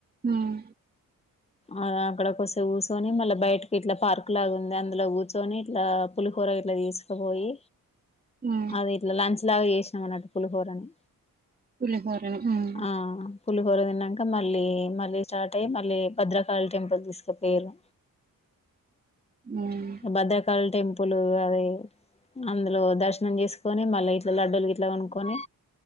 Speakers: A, on the right; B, on the left.
A: ఉమ్
B: ఆ అక్కడ కొంసేపు కూర్చుని మల్ల బయటకి ఇట్ల పార్కు లాగా ఉంది అందులో కూర్చొని ఇట్ల పులిహోర ఇట్ల తీసుకుపోయి
A: ఉమ్
B: అది ఇట్ల లంచ్ లాగా చేసినాం అన్నట్టు పులిహోరని
A: పులిహోర ఉమ్
B: ఆ పులిహోర తిన్నాక మళ్ళీ మళ్ళీ స్టార్ట్ అయ్యి మళ్ళీ భద్రకాళి టెంపుల్ తీసుకుపోయిరు
A: ఉమ్
B: భద్రకాళి టెంప్ ప్పులు అది అందులో దర్శనం చేసుకొని మళ్ళీ ఇట్ల లడ్డూలు ఇట్ల కొనుకొని